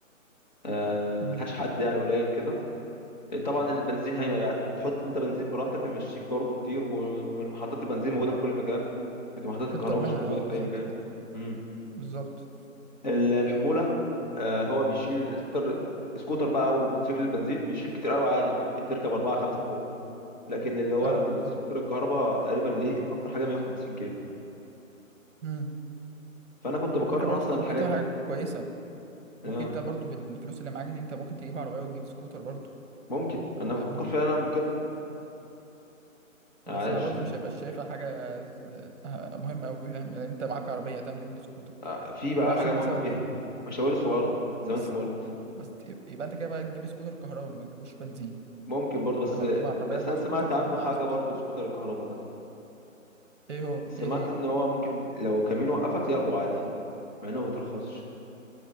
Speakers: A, on the left; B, on the right.
A: آه،
B: امم
A: ملهاش حد يعني قليل كده طبعا البنزين هي هتحط انت بنزين براحتك هيمشيك برضو كتير و- والمحطات البنزين موجوده في كل مكان لكن محطات
B: مش
A: الكهرباء
B: اكتر منها
A: مش موجوده
B: اه
A: في
B: بالظبط
A: اي مكان
B: كده
A: مم.
B: بالظبط
A: ال- الحموله آه، هو بيشيل سكوتر سكوتر بقى او موتوسيكل البنزين بيشيل كتير قوي عادي انت ممكن تركب اربعه خمسه فوق لكن اللي هو
B: اه
A: السكوتر الكهرباء تقريبا ليه اكتر حاجه 150 كيلو
B: بالظبط
A: فانا كنت بقارن
B: الفكرة برضو
A: اصلا
B: انت
A: الحاجات
B: ممكن تعمل
A: دي
B: حاجة كويسة
A: اه
B: ممكن انت برضو بالفلوس اللي معاك دي انت ممكن تجيب عربية وتجيب سكوتر برضو
A: ممكن انا بفكر
B: فاهمني
A: فعلا اعمل كده عاش
B: بس انا برضو مش هبقى شايفها حاجة آه، مهمة اوي فاهم لان انت معاك عربية هتعمل ايه بالسكوتر
A: آه، في
B: ممكن
A: بقى
B: بقى عشان
A: حاجه مهمه
B: مثلا
A: فيها
B: ايه
A: مشاوير الصغيره زي
B: بس
A: ما انت ما قلت
B: بس ت- يبقى انت كده بقى تجيب سكوتر كهرباء ما تجيبوش بنزين
A: ممكن برضو بس
B: لو هتجيب عربية
A: بس
B: مع
A: انا
B: سكوتر
A: سمعت
B: تجيب
A: عنه
B: معاه
A: حاجه
B: سكوتر
A: برضو سكوتر الكهرباء ده
B: ايه هو
A: سمعت
B: ايه هي
A: ان هو ممكن لو كمين وقفك ياخده عادي مع انه ما بيترخصش